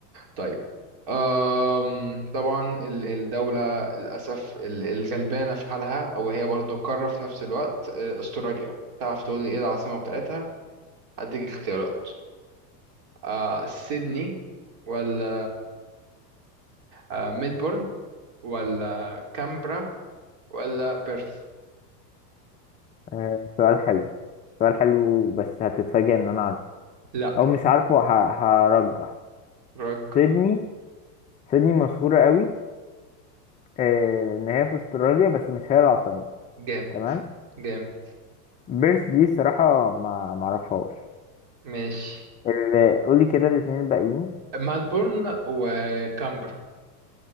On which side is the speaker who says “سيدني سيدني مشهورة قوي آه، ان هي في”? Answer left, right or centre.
Left